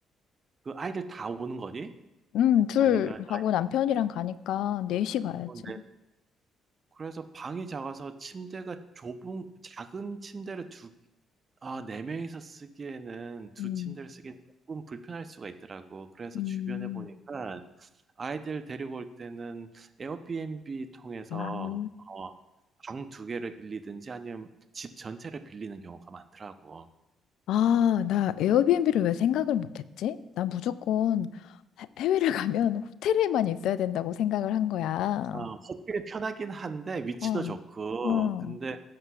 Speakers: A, on the right; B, on the left.
A: 그 아이들 다 오는 거니?
B: 음, 둘
A: 아니면
B: 하고
A: 아이
B: 남편이랑 가니까 넷시 가야지.
A: 오는데 그래서 방이 작아서 침대가 좁은 작은 침대를 두 아, 네 명이서 쓰기에는 두
B: 음.
A: 침대를 쓰기엔 조금 불편할 수가 있더라고. 그래서
B: 음,
A: 주변에 보니까 아이들 데리고 올 때는 에어비앤비 통해서
B: 아,
A: 어, 방 두 개를 빌리든지 아니면 집 전체를 빌리는 경우가 많더라고.
B: 아, 나 에어비앤비를 왜 생각을 못했지? 나 무조건 해- 해외를 <laughs> 가면 호텔에만 있어야 된다고 생각을 한 거야.
A: 어 호텔이 편하긴 한데 위치도
B: 어,
A: 좋고
B: 어.
A: 근데